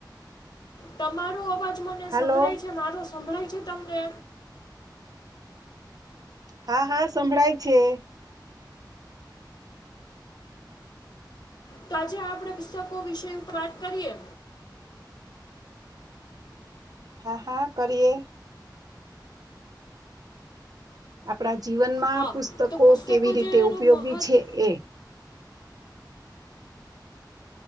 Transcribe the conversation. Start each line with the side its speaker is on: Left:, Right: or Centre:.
Left: તમારો અવાજ મને
Right: હાલો
Left: સંભળાય છે મારો સંભળાય છે તમને.
Right: હા હા સંભળાય છે.
Left: તો આજે આપણે પુસ્તકો વિશે વાત કરીએ.
Right: હા, હા કરીએ. આપણા જીવનમાં
Left: હા
Right: પુસ્તકો
Left: તો
Right: કેવી રીતે
Left: જેનું
Right: ઉપયોગી
Left: મહત્વ
Right: છે એ.